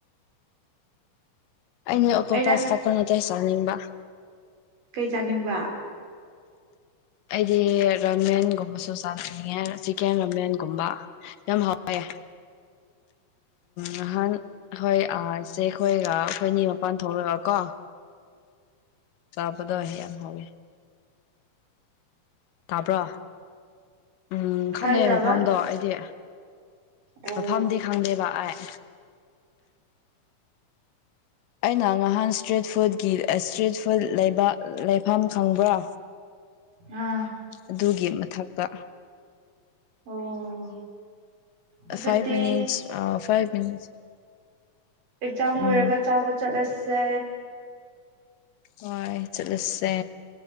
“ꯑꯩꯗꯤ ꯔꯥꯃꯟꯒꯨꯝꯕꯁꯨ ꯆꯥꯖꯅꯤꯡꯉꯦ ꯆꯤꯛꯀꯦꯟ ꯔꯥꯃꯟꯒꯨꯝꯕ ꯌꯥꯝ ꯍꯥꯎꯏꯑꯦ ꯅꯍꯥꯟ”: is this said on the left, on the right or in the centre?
Left